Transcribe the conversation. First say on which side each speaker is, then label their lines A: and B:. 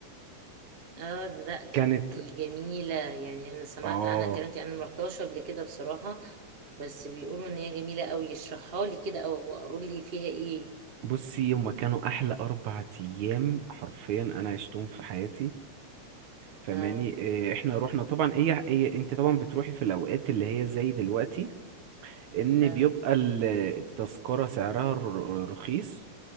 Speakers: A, on the right; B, on the right.
A: اه لا دي,
B: كانت
A: دي جميلة يعني انا سمعت
B: اه
A: عنها كلام كتير. انا مرحتهاش قبل كده بصراحة بس بيقولوا ان هي جميلة قوي اشرحها لي كده او اقول لي فيها ايه
B: بصي هما كانوا أحلى أربع أيام حرفيا أنا عشتهم في حياتي فماني
A: اه
B: احنا روحنا طبعا ايه, إيه انت طبعا بتروحي في الأوقات اللي هي زي دلوقتي ان
A: اه
B: بيبقى ال- التذكرة سعرها ر- رخيص